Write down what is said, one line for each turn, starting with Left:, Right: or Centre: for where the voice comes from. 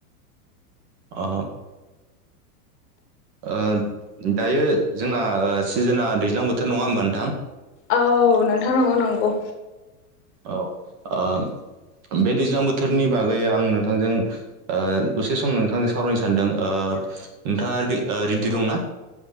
Right: अ। ओ दायो जोंना सिजोना दैज्लां बोथोर नङा होमबा नोंथां?
Left: औ नोंथां नंगौ -नंगौ।
Right: औ ओ बे दैज्लां बोथोरनि बागै आं नोंथांजों ओ दसे सम नोंथांजों सावरायनो सान्दों ओ नोंथाङा रेडि दंना?